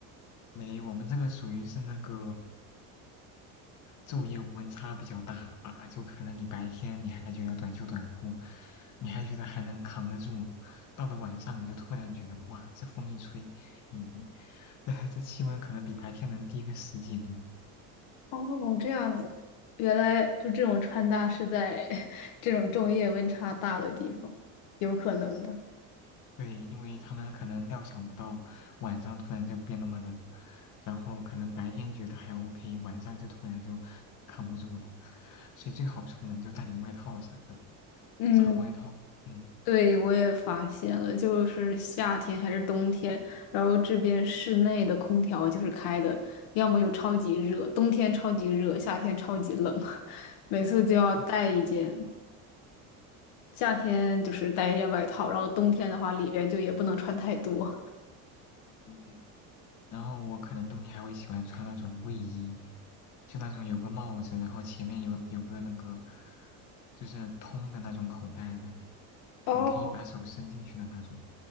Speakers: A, on the left (about 45°); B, on the left (about 70°).
A: 没，我们这个属于是那个昼夜温差比较大啊，就可能你白天你还觉得短袖短裤，你还觉得还能扛得住，到了晚上你就突然觉得哇，这风一吹，咦，<laughs> 这气温可能比白天能低个十几度。
B: 哦，这样子，原来就这种穿搭是在 <laughs> 这种昼夜温差大的地方，有可能的。
A: 对，因为他们可能料想不到晚上突然就变那么冷，然后可能白天觉得还 OK，晚上就突然就扛不住了，所以最好出门就带点外套啥的，
B: 嗯，
A: 长外套。嗯，
B: 对，我也发现了，就是夏天还是冬天，然后这边室内的空调就是开的，要么就超级热，冬天超级热，夏天超级冷，<laughs> 每次就要带一件，
A: 对，
B: 夏天就是带一件外套，然后冬天的话里边就也不能穿太多。
A: 嗯嗯。然后我可能冬天还会喜欢穿那种卫衣，就那种有个帽子，然后前面有有个那个就是通的那种口袋的，
B: 哦，
A: 你可以把手伸进去的那种，